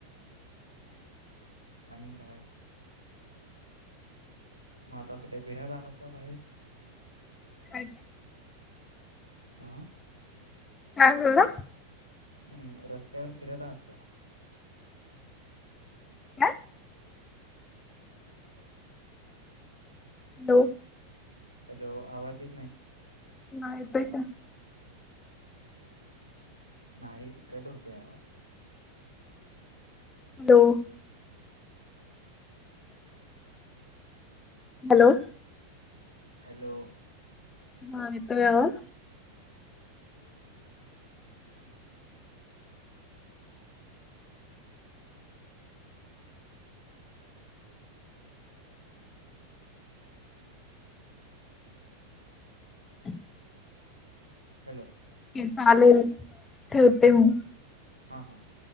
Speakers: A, on the right; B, on the left.
A: आणि काय? मग आता कुठे फिरत आहात का बाहेर?
B: काय काय?
A: ह.
B: काय बोलला?
A: हम्म रस्त्यावर फिरत आहात का?
B: काय?
A: ह <inaudible>
B: हॅलो.
A: हॅलो आवाज येत नाही.
B: नाही येतय का?
A: नाही कट होतोय आवाज.
B: हॅलो.
A: <inaudible>
B: हॅलो.
A: हॅलो.
B: हा येतोय आवाज? <unintelligible> <inaudible> अम् <unintelligible>
A: हॅलो.
B: चालेल ठेवते मी.
A: हा हा.